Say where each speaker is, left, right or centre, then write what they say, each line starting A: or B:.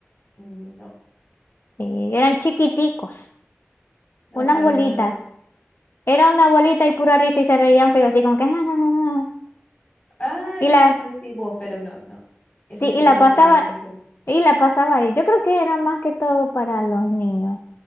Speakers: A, on the left; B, on the left.
A: Mm, No,
B: Sí, eran chiquiticos.
A: no,
B: Unas
A: para
B: bolitas.
A: nada.
B: Era una bolita y pura risa y se reían feo, así como que... <laughs>
A: Ah,
B: Y
A: ya
B: la,
A: sé cuál decís vos, pero no, no.
B: sí,
A: Esa sí
B: y la
A: no me
B: pasaba,
A: llama la atención.
B: y la pasaba ahí. Yo creo que era más que todo para los niños,